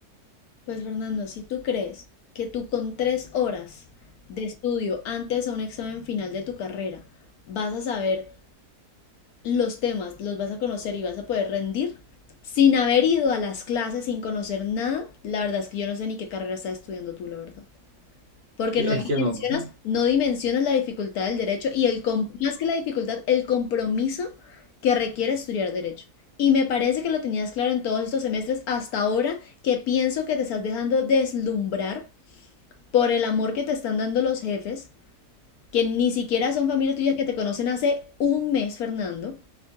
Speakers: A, on the left; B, on the right.
A: Pues Fernando, si tú crees que tú con tres horas de estudio antes a un examen final de tu carrera vas a saber los temas los vas a conocer y vas a poder rendir sin haber ido a las clases, sin conocer nada, la verdad es que yo no sé ni qué carrera estás estudiando tú, la verdad. Porque
B: Es
A: no
B: que
A: dimensionas,
B: no.
A: no dimensionas la dificultad del derecho y el com- más que la dificultad, el compromiso que requiere estudiar derecho. Y me parece que lo tenías claro en todos estos semestres hasta ahora que pienso que te estás dejando deslumbrar por el amor que te están dando los jefes, que ni siquiera son familia tuya que te conocen hace un mes, Fernando,